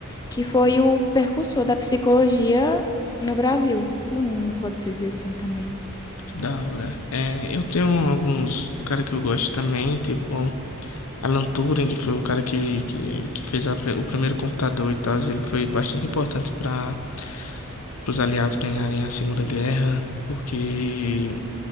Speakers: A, on the left; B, on the left.
A: que foi o precursor da psicologia no Brasil, no mundo, pode-se dizer assim também.
B: Que Da hora. É, eu tenho alguns cara que eu gosto também, tipo Alan Turing, que foi o cara que, que, que fez a pri- o primeiro computador e tal. Ele foi bastante importante para os aliados ganharem a Segunda Guerra, porque